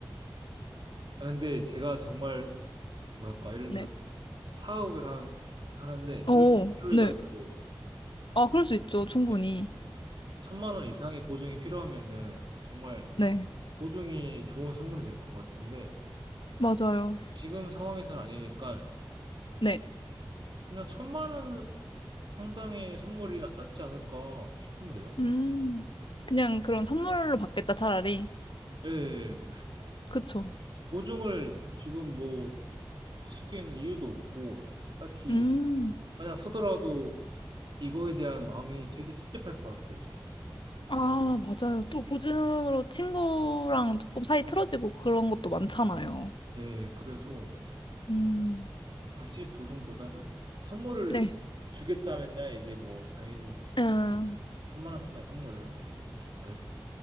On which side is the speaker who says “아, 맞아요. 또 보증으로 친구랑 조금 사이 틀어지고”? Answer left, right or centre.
Left